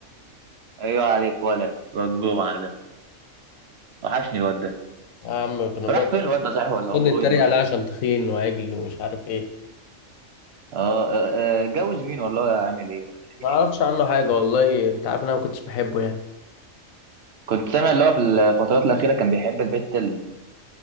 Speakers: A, on the right; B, on the left.
A: ايوه عليك ولا الواد جمعه ده وحشني الواد ده
B: يا عم كنا بنقعد
A: راح فين الواد ده صحيح ولا
B: كنا
A: اموره
B: نتريق
A: ايه دلوقتي
B: عليه عشان تخين وعجل ومش عارف ايه
A: اه آه، آه، جوز مين والله اعمل ايه ولا ايه
B: ما
A: دنيته
B: اعرفش عنه حاجه والله انت عارف ان انا ما كنتش بحبه يعني
A: كنت سامع اللي هو في الفترات الاخيره كان بيحب البت ال-